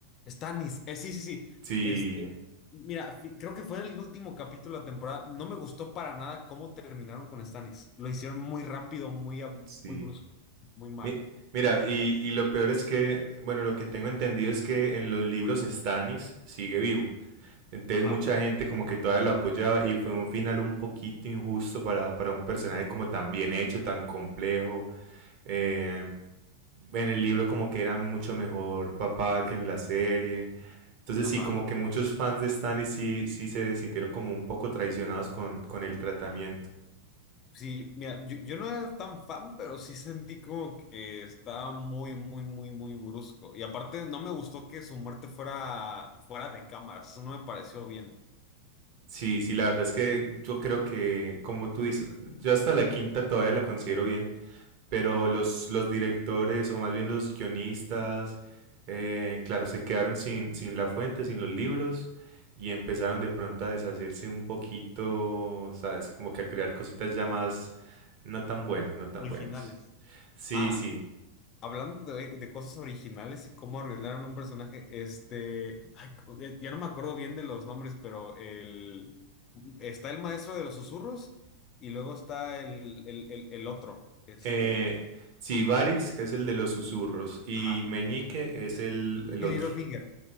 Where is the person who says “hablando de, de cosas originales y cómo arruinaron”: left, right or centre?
Left